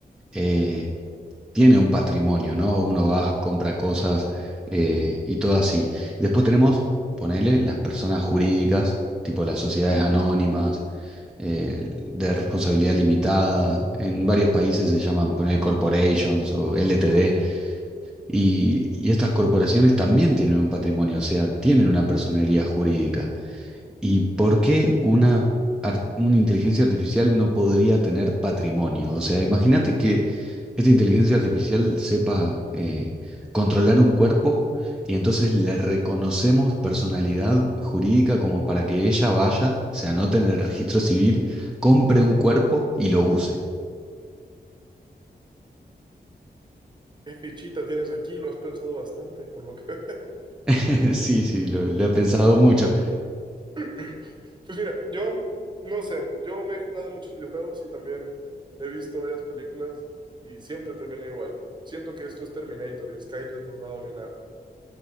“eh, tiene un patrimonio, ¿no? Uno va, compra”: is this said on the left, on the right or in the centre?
Centre